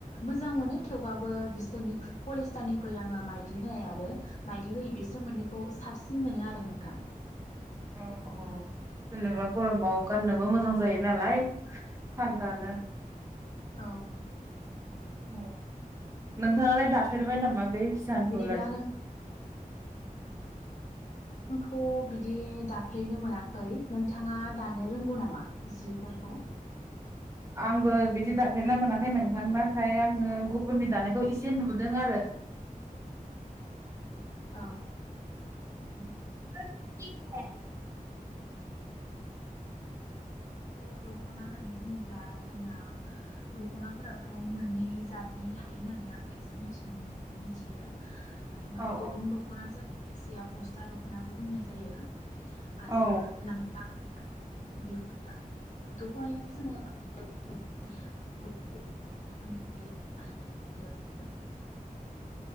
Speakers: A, on the left; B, on the right.
A: मोजां मोनो थेवबाबो बिसोरनिख्रु पलिस्टारनिख्रुइ आङो माइदि होनाय आरो माइदि होयि बिसोर मोननैखौ साबसिन मोनो आरो नोंथां।
B: औ औ जेनोबा गरमाव गाननोबो मोजां जायो नालाय थान्दानो।
A: औ।
B: औ। नोंथाङालाय दाफेरबाय नामा बे हिसानखौलाय?
A: बिदिब्ला नों थ' बिदि दाफेरनो मोनाखै। नोंथाङा दानो रोंगौ नामा जिफोरखौ?
B: आंबो बिदि दाफेरना मोनाखै नोंथां नाथाय आङो गुबुननि दानायखौ एसे नुदों आरो।
A: औ।
B: <unintelligible>
A: थ' दख'ना होननानै बुङोब्ला जोंना दख'नाफोराबथ' मोननै जातनि थायो होननानै आङ एसे मिथिनो मिथियो। मानो होनबा
B: औ
A: अग्रुं दख'ना जायखौ खायसेया बस्था दख'नाबो बुंनाय जायो आरो
B: औ
A: लांफा बे <unintelligible> जोङो <unintelligible> <unintelligible> <unintelligible>